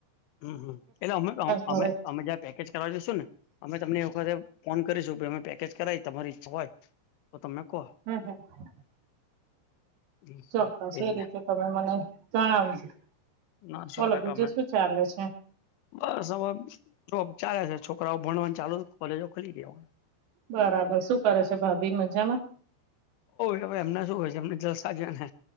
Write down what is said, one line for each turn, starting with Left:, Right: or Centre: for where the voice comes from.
Left: હમ હમ એટલે અમે
Right: ઘરે
Left: અમે અમે જ પેકેજ કરાવજ શું ને અમે તમને એક વખતે ફોન કરીશું અમે પેકેજ કરાવી તમારી ઈચ્છા હોય પો તમે કો
Right: હમ હમ <unintelligible>
Left: હમ,
Right: ચોક્કસ
Left: હમ.
Right: એ
Left: રીતના
Right: રીતે તમે મને જણાવીજ
Left: ના
Right: બોલો
Left: સો ટકા
Right: બીજું
Left: અમે
Right: સુધી ચાલે છે
Left: બસ હવે જોબ ચાલે છે છોકરાઓ ભણવાની ચાલુ કોલેજો ખુલી દેવા
Right: બરાબર શું કરે છે ભાભી મજામાં
Left: હોવે એમના શું હોય છે એમને જલ સાજવા ને